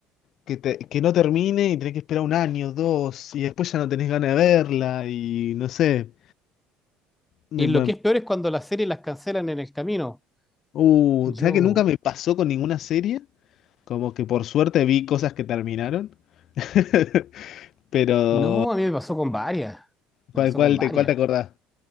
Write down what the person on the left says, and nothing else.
que, te- que no termine y tenés que esperar un año, dos, y después ya no tenés ganas de verla, y no sé. Me,
me-
uh,
¿sabés que nunca me pasó con ninguna serie? Como que por suerte vi cosas que terminaron. <laughs> Pero,
¿cuál,
cuál
te, cuál te acordás?